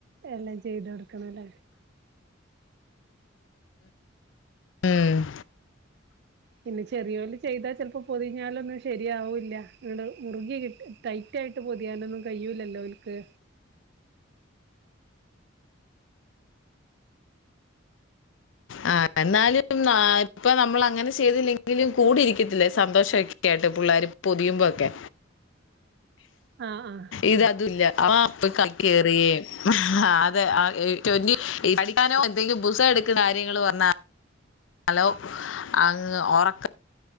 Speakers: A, on the right; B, on the left.
A: എല്ലാം ചെയ്ത് കൊടുക്കണംലെ
B: ഉം
A: പിന്നെ ചെറിയഓല് ചെയ്താ ചെലപ്പം പൊതിഞ്ഞാൽ ഒന്നും ശെരിയാവൂല്ല ട് മുറുകി കിട്ടി ടൈറ്റായിട്ട് പൊതിയാനൊന്നും കൈയ്യുലല്ലോ ഓൽക്ക്
B: ആ എന്നാലും ആ ഇപ്പ നമ്മള് അങ്ങനെ ചെയ്തില്ലങ്കിലും കൂടിരിക്കതില്ലേ സന്തോഷൊക്കെ ആയിട്ട് പുള്ളാര് പൊതിയുമ്പഴൊക്കെ
A: ആഹ് ആഹ്
B: ഇതതുല്ല അവൻ പോയി കളി കേറിയേ ആഹ് അതെ ആ എഴ് റ്റോന്റി ഈ പഠി ക്കാനോ എന്തേലും പുസ്തകം എടുക്കടാ നിങ്ങള് വന്നാ ഹലോ അങ്ങ് ഒറക്കം